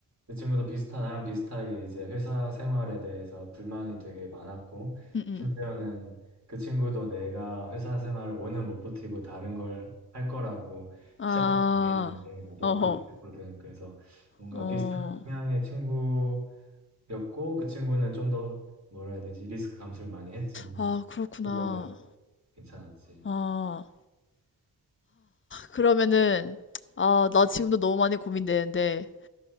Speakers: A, on the right; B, on the left.
A: 그 친구도 비슷한, 나랑 비슷하게 이제 회사 생활에 대해서 불만이 되게 많았고,
B: 응, 응.
A: 심지어는 그 친구도 내가 회사 생활을 5년 못 버티고 다른 걸 할 거라고
B: 아,
A: 시작부터 얘기했는데, 나도
B: 어허.
A: 그렇게 됐거든. 그래서 뭔가
B: 어,
A: 비슷한 성향의 친구였고, 그 친구는 좀 더, 뭐라 해야 되지, 리스크 감수를 많이 했지만,
B: 아, 그렇구나.
A: 분명히 괜찮았지.
B: 아, 그러면은, 아, 나 지금도 너무 많이 고민되는데,